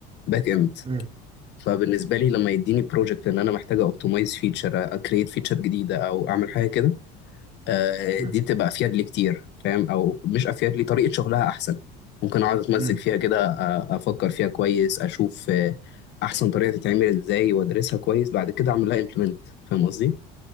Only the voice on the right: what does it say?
مم،
مم،
مم.